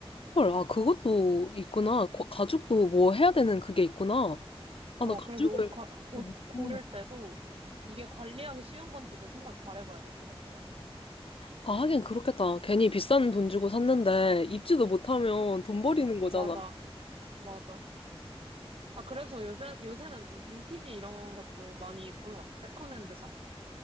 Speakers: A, on the left; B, on the right.
A: 헐, 아, 그것도 있구나. 거- 가죽도 뭐 해야 되는 그게 있구나. 아,
B: 어,
A: 나 가죽을,
B: 그래서 옷, 과, 옷 고를
A: 음.
B: 때도 이게 관리하기 쉬운 건지도 생각 잘 해봐야 될 것 같더라고.
A: 아, 하긴 그렇겠다. 괜히 비싼 돈 주고 샀는데 입지도 못하면 돈 버리는 거잖아.
B: 맞아, 맞아. 아, 그래서 요새, 요새는 좀 빈티지 이런 것도 많이 보는 것 같아. 세컨핸드 샵?